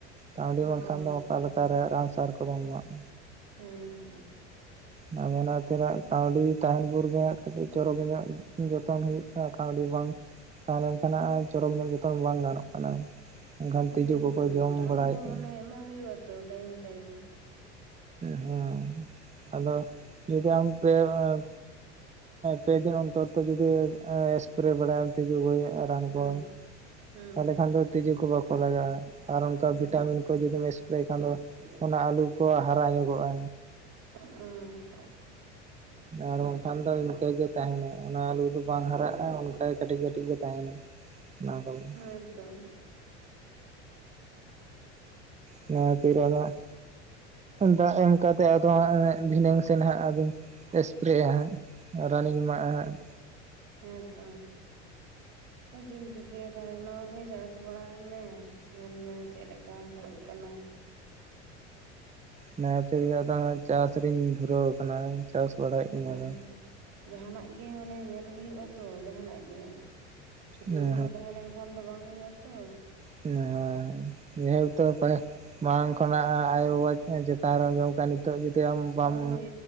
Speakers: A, on the right; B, on the right.
A: ᱠᱟᱣᱰᱤ
B: ᱦᱳᱭ
A: ᱵᱟᱝᱠᱷᱟᱱ ᱫᱚ ᱚᱠᱟ ᱞᱮᱠᱟᱨᱮ ᱨᱟᱱ ᱥᱟᱨ ᱠᱚ ᱫᱚᱢ ᱮᱢᱟᱜ-ᱟ
B: ᱦᱮᱸ ᱦᱮᱸ
A: ᱢᱟᱱᱮ ᱚᱱᱟ ᱛᱤᱱᱟ. ᱜ ᱠᱟᱹᱣᱰᱤ ᱛᱟᱦᱮᱱ ᱵᱷᱳᱨ ᱜᱮ ᱦᱟᱸᱜ ᱠᱟᱹᱴᱤᱡ ᱪᱚᱨᱚᱠᱮ ᱧᱚᱜ ᱡᱚᱛᱚᱱ ᱦᱩᱭᱩᱜ ᱠᱟᱹᱣᱰᱤ ᱵᱟᱝ ᱛᱟᱦᱮᱸ ᱞᱮᱱᱠᱷᱟᱱ ᱱᱟᱦᱟᱜ ᱪᱚᱨᱚᱠ ᱧᱚᱜ ᱡᱚᱛᱚᱱ ᱵᱟᱝ ᱜᱟᱱᱚᱜ ᱠᱟᱱᱟ ᱮᱱᱠᱷᱟᱱ ᱛᱤᱡᱩ
B: ᱦᱮᱸᱛᱚ
A: ᱠᱚᱠᱚ ᱡᱚᱢ
B: ᱨᱟᱱ
A: ᱵᱟᱲᱟᱭᱮᱫᱼᱟ
B: ᱠᱚ ᱢᱟᱱᱮ ᱮᱢᱟᱜ ᱦᱩᱭᱩᱜ ᱟ ᱛᱚ ᱴᱟᱭᱤᱢ ᱴᱟᱭᱤᱢ
A: ᱦᱮᱸ ᱟᱫᱚ ᱡᱩᱫᱤ ᱟᱢᱛᱮ ᱦᱚᱸ ᱯᱮᱫᱤᱱ ᱚᱱᱛᱚᱨ ᱛᱮ ᱡᱩᱫᱤ ᱮᱥᱯᱨᱮ ᱵᱟᱲᱟᱭᱟᱢ ᱛᱤᱡᱩ ᱜᱚᱡᱚᱜ.... ᱨᱟᱱ
B: ᱦᱩᱸ
A: ᱠᱚ
B: ᱦᱩᱸ
A: ᱛᱟᱦᱚᱞᱮ ᱠᱷᱟᱱ ᱫᱚ ᱛᱤᱡᱩ ᱠᱚ ᱵᱟᱠᱚ ᱞᱟᱜᱟᱜᱼᱟ ᱟᱨ ᱚᱱᱠᱟ
B: ᱦᱩᱸ
A: ᱵᱷᱤᱴᱟᱢᱤᱱ ᱠᱚ ᱠᱚ ᱡᱩᱫᱤᱢ ᱮᱥᱯᱨᱮ ᱠᱷᱟᱱ ᱫᱚ ᱚᱱᱟ ᱟᱹᱞᱩ ᱠᱚ ᱦᱟᱨᱟ ᱧᱚᱜᱚᱜᱼᱟ
B: ᱦᱚᱸ
A: ᱟᱨ ᱵᱟᱝᱠᱷᱟᱱ ᱫᱚ ᱤᱱᱠᱟᱹᱜᱮ ᱛᱟᱦᱮᱱᱟ ᱚᱱᱟ ᱟ. ᱞᱩ ᱫᱚ ᱵᱟᱝ ᱦᱟᱨᱟᱜᱼᱟ <unintelligible> ᱼᱼ ᱷᱟᱡ ᱠᱟᱹᱴᱤᱡ ᱠᱟᱹᱴᱤᱡ ᱜᱮ ᱛᱟᱦᱮᱱᱟ <unintelligible> ᱼᱼ
B: <unintelligible> ᱼᱼ
A: <inaudible> ᱱᱚᱶᱟ ᱛᱤᱱ ᱨᱮ ᱱᱟᱦᱟᱜ ᱫᱟᱜ ᱮᱢ ᱠᱟᱛᱮᱜ ᱟᱫᱚ ᱦᱟᱸᱜ ᱫᱷᱤᱱᱟᱹᱝ ᱥᱮᱱ ᱦᱟᱸᱜ ᱟᱫᱚᱧ ᱮᱥᱯᱨᱮᱭᱟ ᱦᱟᱸᱜ ᱨᱟᱱᱤᱧ ᱮᱢᱟᱜᱼᱟ ᱦᱟᱸᱜ
B: ᱦᱮᱸ ᱛᱚ ᱪᱮᱫ-ᱮᱢ ᱪᱤᱠᱟᱹᱭᱟ ᱛᱟᱦᱟᱞᱮ ᱚᱱᱟᱠᱚᱜᱮ ᱪᱟᱥ <unintelligible> ᱵᱟᱲᱟᱭ ᱢᱮ ᱧᱮᱞ ᱢᱮ ᱪᱮᱫ ᱞᱮᱠᱟ ᱦᱩᱭᱩᱜ ᱠᱟᱱᱟ
A: ᱚᱱᱟ ᱠᱷᱟᱛᱤᱨ ᱜᱮ ᱟᱫᱚ ᱪᱟᱥ ᱨᱤᱧ ᱫᱷᱩᱨᱟᱹᱣ ᱟᱠᱟᱱᱟ ᱪᱟᱥ ᱵᱟᱲᱟᱭᱮᱫ
B: ᱦᱮᱸ
A: ᱟᱹᱧ ᱟᱫᱚ
B: ᱡᱟᱸᱦᱟᱱᱟᱜ ᱜᱮ ᱢᱟᱱᱮ ᱧᱮᱞ ᱦᱩᱭᱩᱜ-ᱟ ᱛᱚ ᱡᱟᱸᱦᱟᱱᱟᱜ ᱜᱮ ᱥᱩᱫᱩ
A: ᱦᱮᱸ
B: ᱩᱫᱷᱤᱢᱟᱹ ᱛᱟᱦᱮᱸ ᱞᱮᱱ ᱠᱷᱟᱱ ᱫᱚ ᱵᱟᱝ ᱦᱩᱭᱩᱜ-ᱟ ᱛᱚ
A: ᱦᱮᱸ ᱦᱮᱸ ᱡᱮᱦᱮᱛᱩ <unintelligible> ᱢᱟᱲᱟᱝ ᱠᱷᱚᱱᱟᱜ ᱟᱭᱳ ᱵᱟᱵᱟ ᱪᱮᱛᱟᱱ ᱨᱮ ᱡᱚᱢ ᱟᱠᱟᱫ.... ᱱᱤᱛᱚᱜ ᱡᱩᱫᱤ ᱟᱢ ᱵᱟᱢ
B: ᱦᱳᱭ